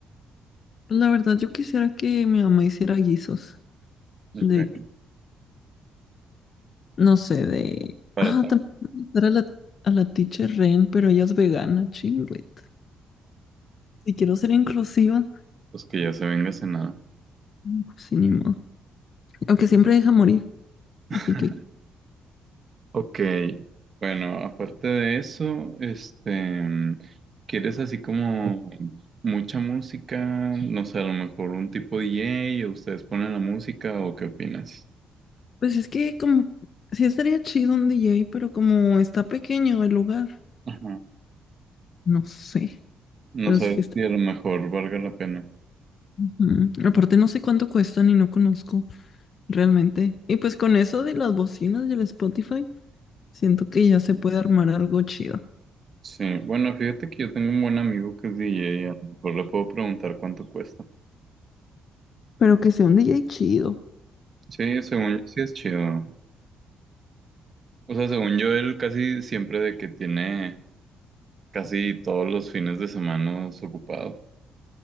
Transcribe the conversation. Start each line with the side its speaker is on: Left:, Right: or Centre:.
Left: Pues la verdad, yo quisiera que mi mamá hiciera guisos.
Right: Ok,
Left: De, no sé, de.
Right: para
Left: Ah, también invitar a la, a la teacher Ren, pero ella es vegana, chingüet. Si quiero ser inclusiva,
Right: tacos que ya se venga cenado.
Left: pues sí, ni modo. Aunque siempre deja morir.
Right: <laughs>
Left: Así que,
Right: Ok, Bueno, aparte de eso, este, mm, ¿quieres así como mucha música? No sé, a lo mejor un tipo DJ o ustedes ponen la música o qué opinas?
Left: pues es que como. Sí estaría chido un DJ, pero como está pequeño el lugar.
Right: Ajá.
Left: No sé,
Right: No
Left: pero
Right: sé
Left: sí está.
Right: si a lo mejor valga la pena.
Left: ujú. Aparte no sé cuánto cuestan y no conozco realmente. Y pues con eso de las bocinas y el Spotify, siento que ya se puede armar algo chido.
Right: Sí, bueno, fíjate que yo tengo un buen amigo que es DJ, a lo mejor le puedo preguntar cuánto cuesta.
Left: Pero que sea un DJ chido.
Right: Sí, según yo sí es chido. O sea, según yo, él casi siempre de que tiene casi todos los fines de semana ocupado,